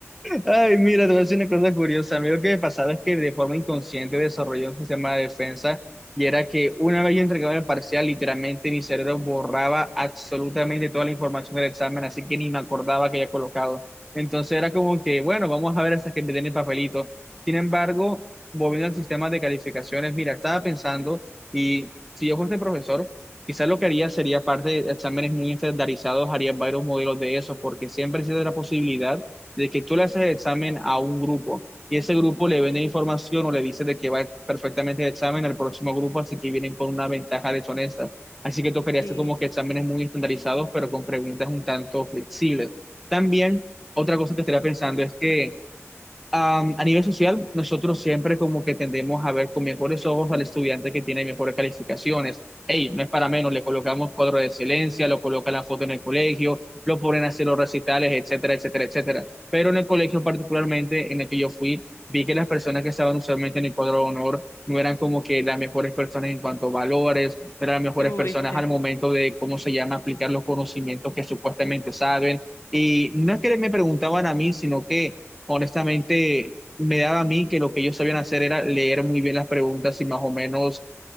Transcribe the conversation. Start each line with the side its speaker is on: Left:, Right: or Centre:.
Centre: Ay, mira, te voy a decir una cosa curiosa. A mí lo que me pasaba es que de forma inconsciente desarrollé un sistema de defensa y era que una vez yo entregaba el parcial, literalmente mi cerebro borraba absolutamente toda la información del examen, así que ni me acordaba que había colocado. Entonces era como que, bueno, vamos a ver hasta que me den el papelito. Sin embargo, volviendo al sistema de calificaciones, mira, estaba pensando y si yo fuese profesor, Quizás lo que haría sería parte de exámenes muy estandarizados, haría varios modelos de esos, porque siempre existe la posibilidad de que tú le haces el examen a un grupo y ese grupo le vende información o le dice de que va perfectamente el examen al próximo grupo, así que vienen con una ventaja deshonesta. Así que tocaría
Left: Sí,
Centre: hacer como que exámenes muy estandarizados, pero con preguntas un tanto flexibles. También, otra cosa que estaría pensando es que Am, a nivel social, nosotros siempre como que tendemos a ver con mejores ojos al estudiante que tiene mejores calificaciones. Hey, no es para menos, le colocamos cuadro de excelencia, lo colocan la foto en el colegio, lo ponen a hacer los recitales, etcétera, etcétera, etcétera. Pero en el colegio particularmente en el que yo fui, vi que las personas que estaban usualmente en el cuadro de honor no eran como que las mejores personas en cuanto a valores, no eran las mejores
Left: uy,
Centre: personas
Left: sí,
Centre: al momento de, ¿cómo se llama?, aplicar los conocimientos que supuestamente saben. Y no es que me preguntaban a mí, sino que honestamente me daba a mí que lo que ellos sabían hacer era leer muy bien las preguntas y más o menos